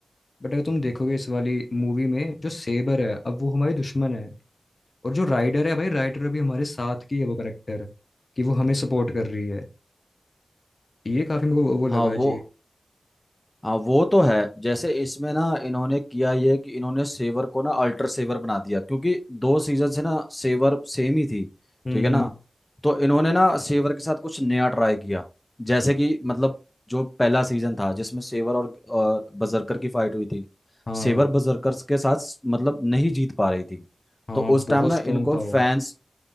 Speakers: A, on the left; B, on the left.
A: बट अगर तुम देखोगे इस वाली मूवी में जो सेबर है अब वो हमारी दुश्मन है और जो राइडर है भाई राइडर अभी हमारे साथ की है वो करेक्टर कि वो हमें सपोर्ट कर रही है ये काफी मेरे को वो वो
B: हाँ
A: लगा
B: वो
A: जी
B: हाँ वो तो है जैसे इसमें ना इन्होंने किया ये कि इन्होंने सेवर को ना अल्टर सेवर बना दिया क्योंकि दो सीजन से ना सेवर सेम ही थी
A: हम्म
B: ठीक है
A: हम्म,
B: ना तो इन्होंने ना सेवर के साथ कुछ नया ट्राई किया जैसे कि मतलब जो पहला सीजन था जिसमें सेवर और, और बजरकर की फाइट हुई थी
A: हाँ
B: सेवर बजरकर के साथ मतलब नहीं जीत पा रही थी
A: हाँ
B: तो उस
A: बहुत
B: टाइम ना
A: स्ट्रांग
B: इनको
A: था वो
B: फैंस